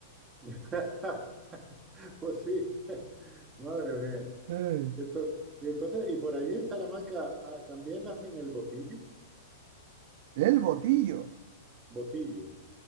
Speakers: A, on the right; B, on the right.
A: <laughs> Pues sí, <laughs> madre mía.
B: <laughs> Ey.
A: Y entonces, y entonces, y por allí en Salamanca ah, también hacen el botillo,
B: El botillo.
A: botillo.